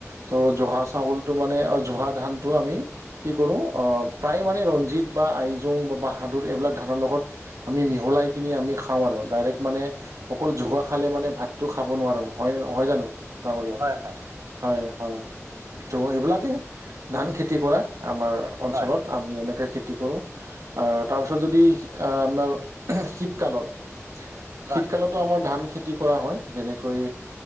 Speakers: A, on the right (about 85°); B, on the right (about 65°).
A: ত' জহা চাউলটো মানে জহা ধানটো আমি কি কৰো আহ প্ৰায় মানে ৰঞ্জিত বা আইজোং বা বাহাদুৰ এইবিলাক ধানৰ লগত আমি মিহলাই কিনি আমি খাওঁ আৰু ডাইৰেক্ট মানে অকল জোহা খালে মানে ভাতটো খাব নোৱাৰো হয়' হয় জানো ডাঙৰীয়া
B: হয় হয়
A: হয়, হয় ত' এইবিলাকেই ধানখেতি কৰা আমাৰ অঞ্চলত
B: হয়
A: আমি এনেকৈ খেতি কৰোঁ তাৰপিছত যদি আপোনাৰ শীতকালৰ
B: হয়
A: শীতকালতো আমাৰ ধান বিত্ৰি কৰা হয় যেনেকৈ